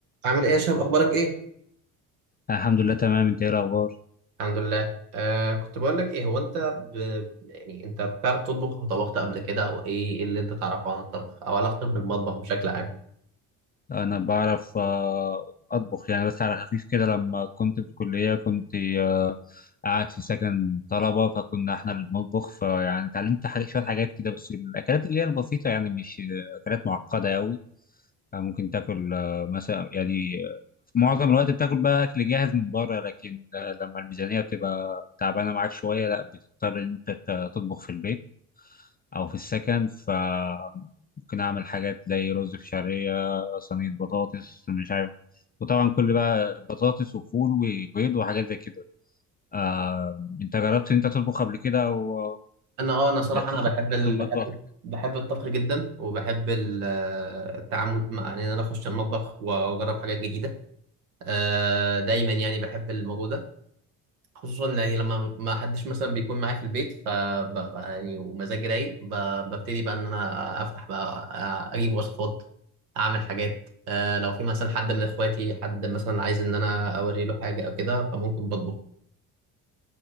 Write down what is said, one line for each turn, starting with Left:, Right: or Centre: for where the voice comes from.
Right: عامل ايه يا شباب اخبارك ايه
Left: الحمد لله تمام انت ايه الاخبار
Right: الحمد لله آه كنت بقول لك ايه هو انت ب... يعني انت بتعرف تطبخ او طبخت قبل كده او ايه اللي انت تعرفه عن الطبخ او علاقتك بالمطبخ بشكل عام
Left: انا بعرف آه، اطبخ يعني بس على خفيف كده لما كنت في الكليه كنت آه، قاعد في سكن طلبه فكنا احنا اللي بنطبخ فيعني اتعلمت حاجات شويه حاجات كده بس الاكلات اللي هي البسيطه يعني مش آه، اكلات معقده قوي ممكن تاكل آه، مثلا يعني آه، في معظم الوقت بتاكل بقى اكل جاهز من بره لكن آه، لما الميزانيه بتبقى تعبانه معاك شويه لا بتضطر ان انت تطبخ في البيت او في السكن ف ممكن اعمل حاجات زي رز بشعريه صينيه بطاطس مش عارف وطبعا كل بقى بطاطس وفول وبيض وحاجات زي كده آه، انت جربت انت تطبخ قبل كده او
Right: انا اه انا صراحه
Left: ده تدخل
Right: انا بحب
Left: تدخل
Right: ال...
Left: مطبخ
Right: بحب بحب الطبخ جدا وبحب ال- آه، التعامل مع ان انا اخش المطبخ واجرب حاجات جديده آه دايما يعني بحب الموضوع ده خصوصا يعني لما ما حدش مثلا بيكون معايا في البيت ف يعني ومزاجي رايق ب- ببتدي بقى ان انا افتح بقى اجيب وصفات اعمل حاجات آه، لو في مثلا حد من اخواتي حد مثلا عايز ان انا اوري له حاجه او كده فممكن بطبخ